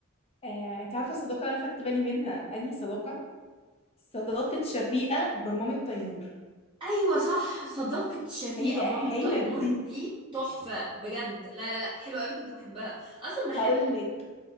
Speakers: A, on the left; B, on the right.
A: آه انت عارفة الصداقة اللي انا خدت بالي منها انهي صداقة صداقة شفيقة بمامة تيمور
B: ايوه صح صداقة شفيقة
A: هي
B: مامة
A: هي
B: تيمور
A: دي
B: دي تحفة بجد لا لا لا حلوة قوي كنت بحبها اصلا بحب
A: هقول لك